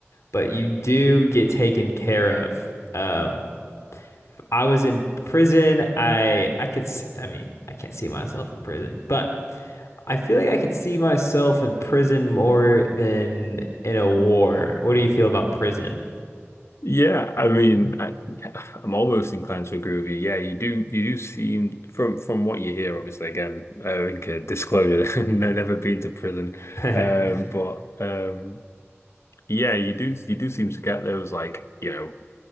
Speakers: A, on the left; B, on the left.
A: But you do get taken care of. Um, I was in prison. I I could s I I mean, I can't see myself in prison, but I feel like I could see myself in prison more than in a war. What do you feel about prison?
B: Yeah, I mean, I, I'm almost inclined to agree with you. Yeah, you do. You do seem from from what you hear. Obviously, again, uh, I think uh, disclosure. <laughs> no, never been to prison,
A: <laughs>
B: um, but um, yeah, you do. You do seem to get those like you know